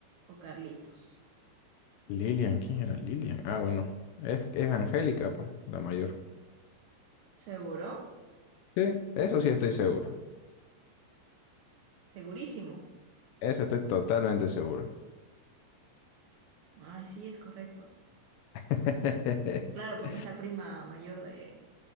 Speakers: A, on the right; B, on the left.
A: o Carlitos?
B: Lilian, ¿quién era Lilian? Ah, bueno, es, es Angélica, pa, la mayor.
A: ¿Seguro?
B: Sí, eso sí estoy seguro.
A: Segurísimo.
B: Eso estoy totalmente seguro.
A: Ay, sí, es correcto.
B: <laughs>
A: Claro, porque es la prima mayor de,